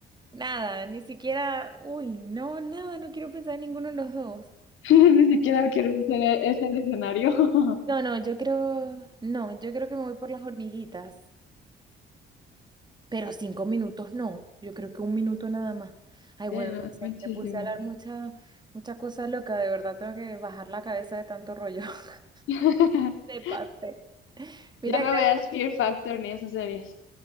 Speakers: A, on the right; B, on the left.
A: nada, ni siquiera, uy, no, nada, no quiero pensar en ninguno de los dos.
B: <laughs> Ni siquiera quiero ese, ese escenario. <laughs>
A: No, no, yo creo, no, yo creo que me voy por las hormiguitas, pero cinco minutos no, yo creo que un minuto nada más. Ay, bueno,
B: Sí, no,
A: no sé,
B: muchísimo.
A: me puse a hablar mucha, mucha cosa loca, de verdad tengo que bajar la cabeza de tanto rollo. <laughs>
B: <laughs>
A: Me pasé. Mira,
B: Ya no
A: gracias
B: veas Fear Factor ni esas series.